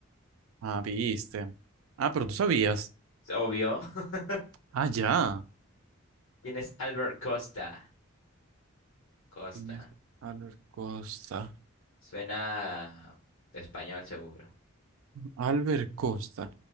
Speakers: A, on the right; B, on the left.
A: Ah, viste. Ah, pero tú sabías.
B: Es obvio. <laughs>
A: Ah, ya.
B: ¿Quién es Albert Costa? Costa.
A: Tienes a la costa.
B: Suena español seguro.
A: Albert Costa.